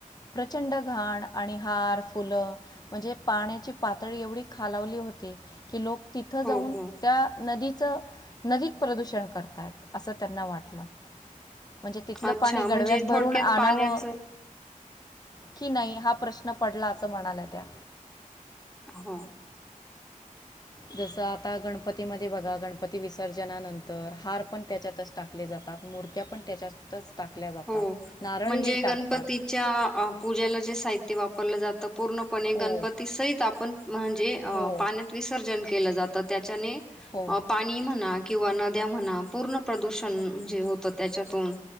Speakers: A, on the left; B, in the centre.
A: प्रचंड घाण आणि हार फुलं म्हणजे, पाण्याची पातळी एवढी खालावली होती की लोक तिथं
B: हो,
A: जाऊन
B: हो.
A: त्या नदीत. नदीत प्रदूषण करताय. असं त्यांना वाटलं म्हणजे तिथलं
B: अच्छा
A: पाणी गडव्यात
B: म्हणजे
A: भरून
B: थोडक्यात
A: आणावं.
B: पाण्याचं
A: की नाही हा प्रश्न पडला असं म्हणाल्या त्या.
B: हो
A: जसं आता गणपतीमध्ये बघा गणपती विसर्जनानंतर हार पण त्याच्यातच टाकले जातात मूर्त्या पण त्याच्यातच टाकल्या जातात
B: हो
A: नारळही
B: म्हणजे
A: टाकतात
B: गणपतीच्या पूजेला जे साहित्य वापरलं जात पूर्णपणे
A: हो
B: गणपती सहित आपण म्हणजे
A: हो
B: पाण्यात विसर्जन केलं जातं त्या ने
A: हो
B: अ पाणी म्हणा किंवा नद्या म्हणा पूर्ण प्रदूषण म्हणजे होत त्याच्यातून